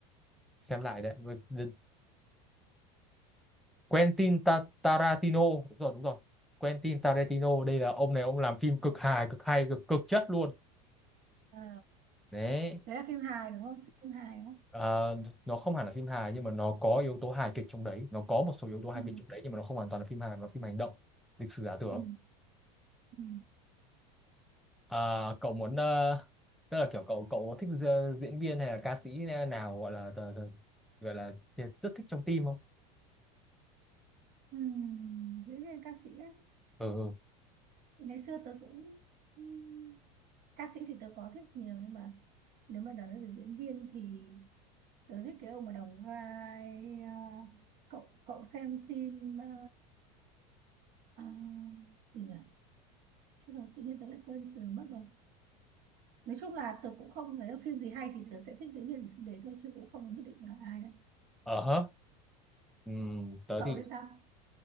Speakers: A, in the centre; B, on the right (about 50°).
A: xem lại đấy Với- đ- Quentin Ta- Tarantino đúng rồi đúng rồi Quentin Tarantino đây là ông này ông làm phim cực hài cực hay cực cực chất luôn
B: à
A: đấy
B: đấy là phim hài đúng không phim hài đúng không
A: Ờ, nó không hẳn là phim hài nhưng mà nó có yếu tố hài kịch trong đấy nó có một số yếu tố hài
B: ừ
A: kịch trong đấy nhưng mà nó không hoàn toàn là phim hài mà là phim hành động lịch sử giả tưởng
B: ừ ừ
A: Ờ, cậu muốn ờ, tức là kiểu cậu cậu thích gi- diễn viên hay là ca sĩ nào gọi là tờ- tờ- gọi là thiệt rất thích trong team không?
B: ừ diễn viên ca sĩ á.
A: Ừ ừ.
B: ngày xưa tớ cũng ừm, ca sĩ thì tớ có thích nhiều nhưng mà nếu mà nói về diễn viên thì tớ thích cái ông mà đóng vai à, cậu cậu xem phim à, à, gì nhỉ chứ rồi tự nhiên tớ lại quên sự mất rồi nói chung là tớ cũng không thấy phim gì hay thì tớ sẽ thích diễn viên của phim đấy thôi chứ cũng không nhất định là ai đâu
A: Ờ hớ. Ừm, tớ
B: cậu
A: thì
B: thì sao